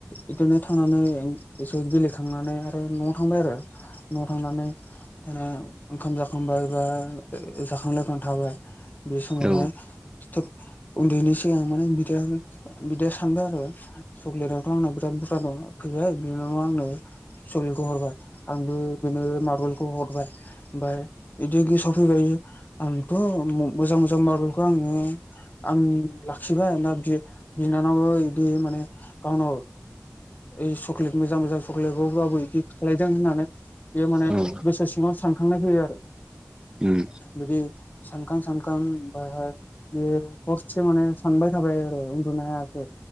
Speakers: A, on the left; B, on the right.
A: इदिनो थांनानै इसोर गेलेखांनानै आरो न'आव थांबाय आरो। न'आव थांनानै दाना ओंखाम जाखांबाय बा जाखां लोंखां थाबाय। बे समावहाय
B: औ
A: थ उन्दुयिनि सिगां माने बिदायाबो बिदाया सानबाय आरो। सक्लेटआथ' आंना बिराद बुरजा दं फैबाय बिनानावा आंनो। सक्लेतखौ हरबाय आंबो बिनो मारबलखौ हरबाय। ओमफाय इदि गोसोआव फैबाय इयो आंथ' मोजां मोजां मारबलखो आङो आंनि लाखिबाय दा बि-बिनानावो इदि माने गावनाव ऐ सक्लेट मोजां मोजां चक्लेटखौ गावबो इदि खालायदों होननानै बेयो माने
B: औ
A: गोसो सिङाव सानखांनाय फैयो आरो
B: उम
A: बिदि सानखां सानखां ओमफायहाय बेयो हरसे माने सानबाय थाबाय आरो उन्दुनो हायाखै।